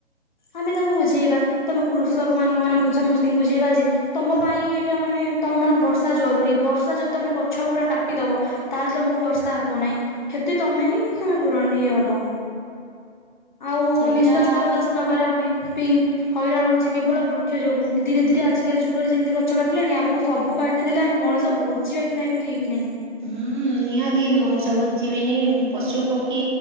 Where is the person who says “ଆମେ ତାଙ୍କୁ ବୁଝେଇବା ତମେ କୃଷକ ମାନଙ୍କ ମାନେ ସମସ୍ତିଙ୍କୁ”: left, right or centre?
Left